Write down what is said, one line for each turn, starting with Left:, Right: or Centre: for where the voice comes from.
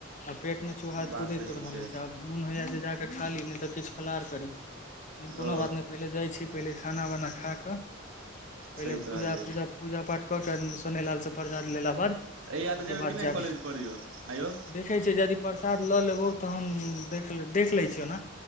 Left: आ पेट मे चूहा
Right: बात
Left: कुदेक
Right: सही
Left: रहल
Right: छै
Left: अछि आब मोन होइया जे जाके खा ली नहि त फलहार करी लेकिन कोनो
Right: ओ
Left: बात नहि पहिले जाइ छी पहिले खाना वाना खाकऽ पहिले
Right: सही कहलियै
Left: पूजा पूजा पूजा पाठ क के सोने लाल से प्रसाद ला बाद ओ
Right: हैया तऽ
Left: त
Right: जेबै
Left: भात
Right: कि नहि
Left: जाब
Right: कॉलेज
Left: देख
Right: पर यौ आँयौ
Left: देखै छियै यदि प्रसाद लऽ लेबौ तहन देख देख लै छियौ ने